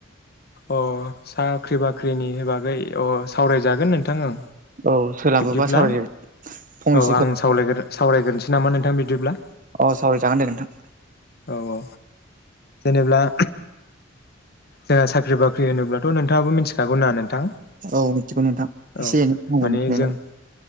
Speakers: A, on the left; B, on the right.
A: अ साख्रि बाख्रिनि बागै अ सावरायजागोन नोंथां
B: औ सोलाबोबा
A: बिब्दिब्ला
B: सावरायदो फंनैसोफोर
A: औ आं साव सावरायग्रोनोसै नामा नोंथां बिब्दिब्ला
B: अ सरि जागोन दे नोंथां
A: औ औ जेनेब्ला जोंहा साख्रि बाख्रि होनोब्लाथ' नोंथाङाबो मिनथिखागौ ना नोंथां
B: औ मिथिगौ नोंथां
A: औ
B: एसे एनैनांगौ
A: माने
B: मिथिनायलाय
A: जों